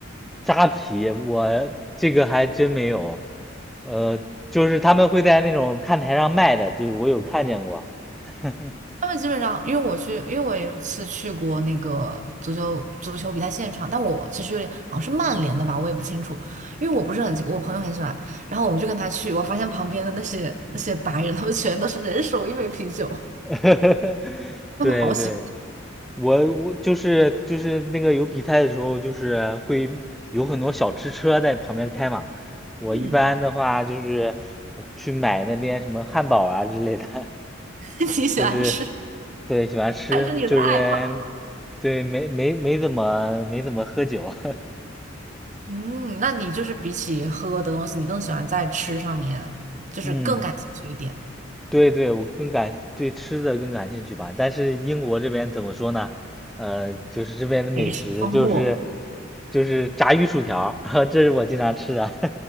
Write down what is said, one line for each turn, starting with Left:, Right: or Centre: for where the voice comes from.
Centre: 扎啤，我这个还真没有。呃，就是他们会在那种看台上卖的，对，我有看见过。<laughs>
Right: <laughs> 他们基本上，因为我去，因为我有一次去过那个足球足球比赛现场，但我其实有点好像是曼联的吧，我也不清楚，因为我不是很，我朋友很喜欢，然后我们就跟他去，我发现旁边的那些那些白人，他们全都是人手一杯啤酒，
Centre: <laughs>
Right: 他们好喜欢，
Centre: 对对，我我就是就是那个有比赛的时候，就是会有很多小吃车在旁边开嘛。我一般的话就是
Right: 嗯，
Centre: 去买那边什么汉堡啊之类的，<laughs>
Right: <laughs> 你喜欢吃？
Centre: 就是对喜欢吃，
Right: 还是你的爱好。
Centre: 就是对没没没怎么没怎么喝酒。<laughs>
Right: 嗯，那你就是比起喝的东西，你更喜欢在吃上面，就是更感兴趣一点。
Centre: 嗯对对，我更感对吃的更感兴趣吧。但是英国这边怎么说呢？呃，就是这边的美食就是
Right: 没事，丰富。
Centre: 就是炸鱼薯条儿 <laughs> 这是我经常吃的。